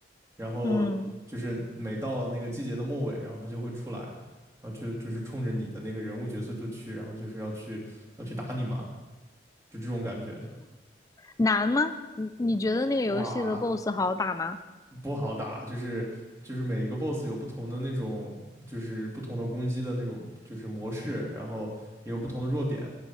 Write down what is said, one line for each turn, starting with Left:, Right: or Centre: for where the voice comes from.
Right: 然后就是每到了那个季节的末尾，
Left: 嗯，
Right: 然后它就会出来，然后就就是冲着你的那个人物角色就去，然后就是要去要去打你嘛，就这种感觉。
Left: 难吗？你你觉得那个游戏的
Right: 哇，
Left: boss 好打吗？
Right: 不好打，就是就是每一个 boss 有不同的那种，就是不同的攻击的那种，就是模式，然后也有不同的弱点，